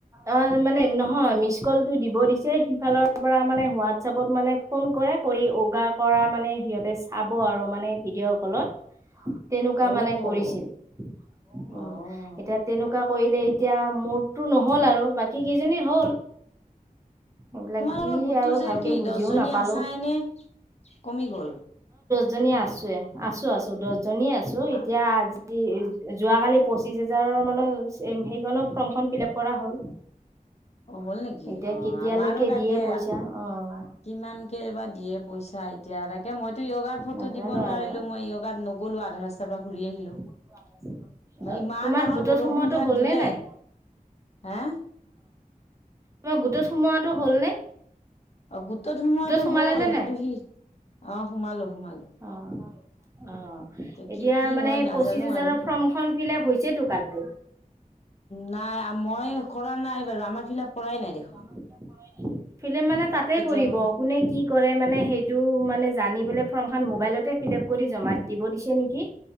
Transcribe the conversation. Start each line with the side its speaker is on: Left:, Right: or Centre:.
Right: অ মানে নহয় মিচ কলটো দিব দিছে সিফালৰ পৰা মানে হোৱাটছপত মানে ফোন কৰি গা কৰা মানে সিহঁতে চাব আৰু মানে ভিডিঅ' কলত তেনেকুৱা
Left: অ',
Right: মানে কৰিছিল উ
Left: অ'।
Right: এতিয়া তেনেকুৱা কৰিলে এতিয়া মোৰ টো নহল আৰু বাকী কেইজনীৰ হ'ল এইবিলাক
Left: তোমালোকৰ
Right: কি
Left: গোটতটো
Right: আৰু
Left: যে
Right: ভালকে
Left: কি
Right: বুজিও
Left: দহ জনী
Right: নাপালো।
Left: আছানে কমিগ'ল
Right: জনী আছোে আছো আছো দহজনী আছো এতিয়া
Left: অ',
Right: আজি যোৱাকালি পঁচিশ হোজাৰৰ মানৰ সেইখনত ফৰ্মখন ফিল আপ কৰা হ'ল।
Left: হ'ল নেকি
Right: এতিয়া
Left: অ
Right: কেতিয়ালৈকে
Left: আমাৰো তাকে
Right: দিয়ে পইচা অ',
Left: কিমান কে এবাৰ দিয়ে পইচা এতিয়া তাকে মইতো য়োগাৰ ফটো
Right: নাজানো
Left: দিব নোৱাৰিলো
Right: আৰু।
Left: মই য়োগাত নগলো আধা ৰাস্তাৰ পৰা ঘূৰি আহিলো
Right: <unintelligible>
Left: ম
Right: অ',
Left: ইমান
Right: তোমাৰ
Left: ডাঙৰ
Right: গোটত
Left: বৰষুণ
Right: সোমোৱাটো
Left: জাক
Right: হ'ল
Left: দিলে
Right: নে নাই?
Left: হা
Right: হ সোমোৱাটো হ'ল নে
Left: অ গোটত সোমোৱাতটো
Right: সোমালে
Left: হ'ল
Right: নে
Left: কিন্তু
Right: নাই?
Left: সি অ সোমালো সোমালো
Right: অ'। অ' এতিয়া
Left: কি কি
Right: মানে
Left: হয় নাজানো
Right: পঁচিশ হাজাৰৰ
Left: আৰু
Right: ফৰ্মখন ফিল আপ হৈছেতো কালি।
Left: নাই মই কৰা নাই বাৰু! আমাৰ ফিল আপ কৰাই নাই দেখোন।
Right: ফৰ্ম ফিলাপ কৰাই নাই। ফিলেম মানে তাতে
Left: কেতিয়াবা
Right: কৰিব, কোনে কি কৰে মানে সেইটো মানে জানিবলে ফৰ্ম মবাইলতে ফিল কৰি জা দিব দি নেকি